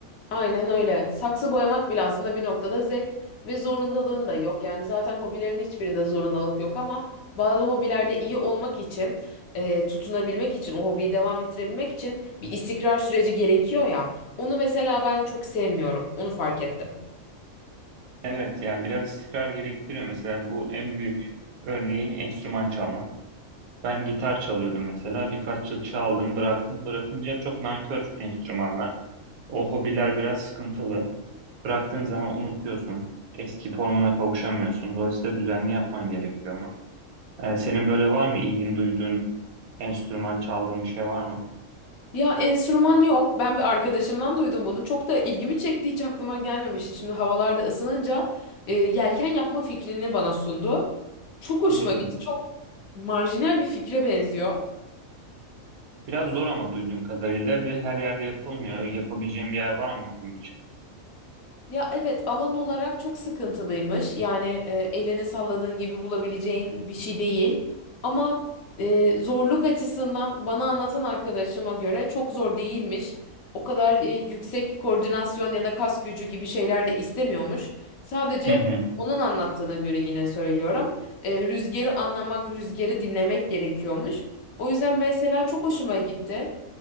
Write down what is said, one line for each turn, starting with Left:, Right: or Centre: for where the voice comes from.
Left: Aynen öyle. Saksı boyamak bile aslında bir noktada zevk ve zorundalığın da yok. Yani zaten hobilerin hiçbirinde zorundalık yok ama bazı hobilerde iyi olmak için, e, tutunabilmek için, o hobiyi devam ettirebilmek için bir istikrar süreci gerekiyor ya. Onu mesela ben çok sevmiyorum. Onu fark ettim.
Right: Evet yani biraz istikrar gerektiriyor. Mesela bu en büyük örneği enstrüman çalmak. Ben gitar çalıyordum mesela. Birkaç yıl çaldım bıraktım. Bırakınca çok nankör enstrümanlar. O hobiler biraz sıkıntılı. Bıraktığın zaman unutuyorsun. Eski formuna kavuşamıyorsun. Dolayısıyla düzenli yapman gerekiyor onu. Ee, senin böyle var mı ilgin duyduğun enstrüman çaldığın bir şey var mı?
Left: Ya enstrüman yok. Ben bir arkadaşımdan duydum bunu. Çok da ilgimi çekti. Hiç aklıma gelmemişti. Şimdi havalarda ısınınca e, yelken yapma fikrini bana sundu. Çok hoşuma
Right: Hmm.
Left: gitti. Çok marjinal bir fikre benziyor.
Right: Biraz zor ama duyduğum kadarıyla ve her yerde yapılmıyor. Yapabileceğim bir yer var mı bunun için?
Left: Ya evet alan olarak çok sıkıntılıymış. Yani e, elini salladığın gibi bulabileceğin bir şey değil. Ama e, zorluk açısından bana anlatan arkadaşıma göre çok zor değilmiş. O kadar e, yüksek koordinasyon ya da kas gücü gibi şeyler de istemiyormuş. Sadece
Right: Hı hı.
Left: onun anlattığına göre yine söylüyorum. E, rüzgarı anlamak, rüzgarı dinlemek gerekiyormuş. O yüzden mesela çok hoşuma gitti.